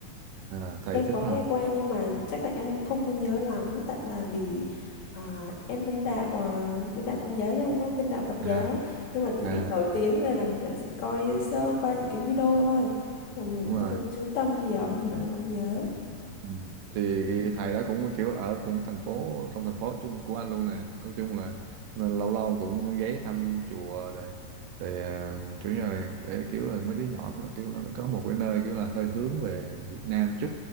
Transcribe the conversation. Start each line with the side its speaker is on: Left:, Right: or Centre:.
Right: à, thầy
Left: em
Right: thích
Left: có
Right: Pháp
Left: nghe
Right: Hòa
Left: qua nhưng mà chắc là em cũng không có nhớ lắm tại là vì à, em bên đạo à, bên đạo Công giáo chứ không có bên đạo Phật giáo
Right: à,
Left: nhưng mà thì
Right: à,
Left: nổi tiếng
Right: à,
Left: nên là em chỉ coi sơ qua những cái video thôi mà mình
Right: đúng
Left: không
Right: rồi
Left: có chú tâm nhiều nên mình không có nhớ.
Right: Ừ. thì cái thầy đó cũng kiểu ở cũng thành phố trong thành phố chung của anh luôn nè nói chung là nên lâu lâu cũng ghé thăm chùa rồi để chủ như là để kiểu là mấy đứa nhỏ nó kiểu là nó có một cái nơi kiểu là hơi hướng về Việt Nam chút